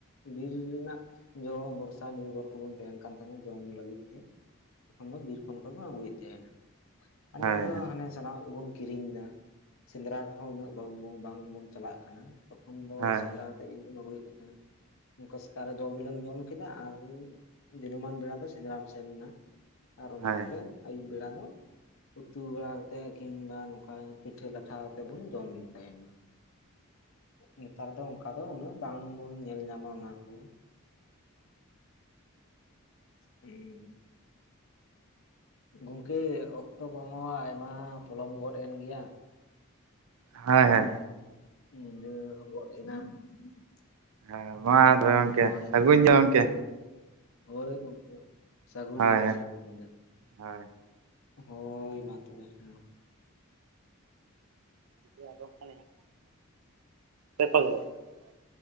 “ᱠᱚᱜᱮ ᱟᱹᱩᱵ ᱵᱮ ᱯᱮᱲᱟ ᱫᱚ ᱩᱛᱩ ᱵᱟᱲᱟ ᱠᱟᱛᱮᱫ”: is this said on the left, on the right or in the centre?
Left